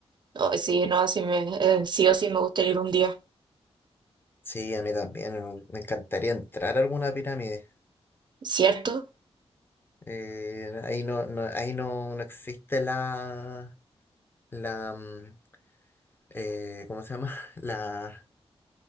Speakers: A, on the right; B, on the left.
A: No, sí, no, sí, me, eh, sí o sí me gustaría ir un día,
B: Sí, a mí también. eh, Me encantaría entrar a alguna pirámide.
A: ¿cierto?
B: Eh, ahí no, no, ahí no, no existe la, la, mm, eh, ¿cómo se llama? <laughs> La,